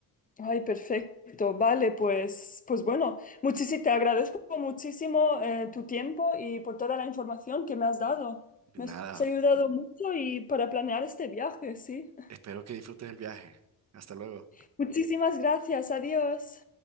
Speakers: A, on the left; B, on the right.
A: Ay, perfecto. Vale, pues, pues bueno, muchísimo, te agradezco muchísimo eh, tu tiempo y por toda la información que me has dado.
B: Y
A: Me
B: nada,
A: has ayudado mucho y para planear este viaje, sí.
B: espero que disfrutes el viaje. Hasta luego.
A: <laughs> Muchísimas gracias. Adiós.